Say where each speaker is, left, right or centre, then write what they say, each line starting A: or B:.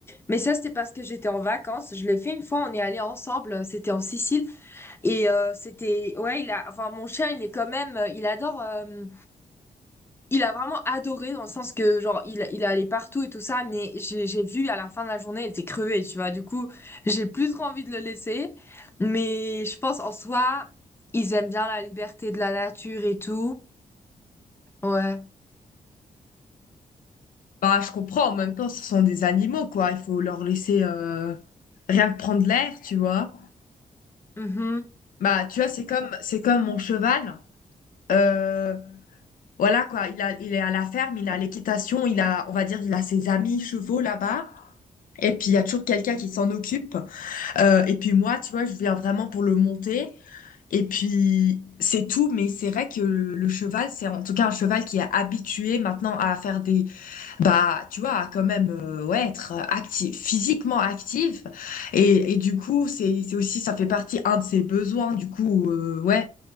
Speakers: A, on the left; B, on the left.
A: mais ça, c'était parce que j'étais en vacances. Je l'ai fait une fois, on est allé ensemble, euh, c'était en Sicile. Et euh, c'était, ouais, il a, enfin, mon chien, il est quand même, euh, il adore, euh, il a vraiment adoré dans le sens que, genre, il, il est allé partout et tout ça, mais j'ai, j'ai vu à la fin de la journée, il était crevé, tu vois. Du coup, j'ai plus trop envie de le laisser, mais je pense en soi, ils aiment bien la liberté de la nature et tout. Ouais.
B: Bah je comprends, en même temps ce sont des animaux quoi, il faut leur laisser euh, rien que prendre l'air, tu vois.
A: Mhm.
B: Bah tu vois, c'est comme c'est comme mon cheval. Euh, Voilà quoi, il a, il est à la ferme, il a l'équitation, il a, on va dire, il a ses amis chevaux là-bas. Et puis il y a toujours quelqu'un qui s'en occupe. Euh, et puis moi, tu vois, je viens vraiment pour le monter. Et puis c'est tout, mais c'est vrai que le, le cheval, c'est en tout cas un cheval qui est habitué maintenant à faire des bah, tu vois, à quand même euh, ouais, être actif, physiquement actif. Et, et du coup, c'est, c'est aussi, ça fait partie un de ses besoins. Du coup, euh, ouais.